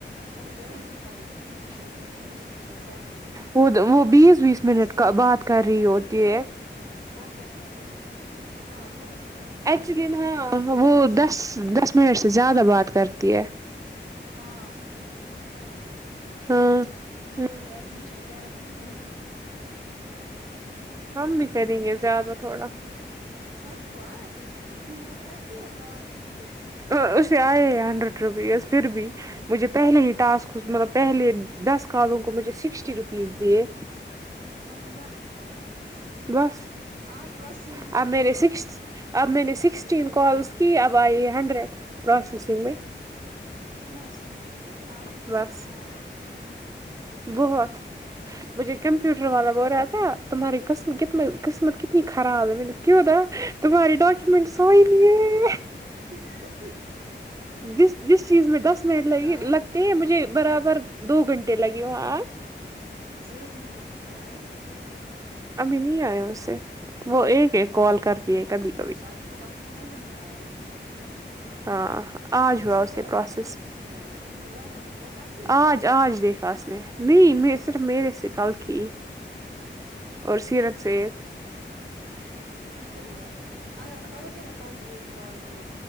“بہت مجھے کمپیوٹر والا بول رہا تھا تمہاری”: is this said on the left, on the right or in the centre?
Right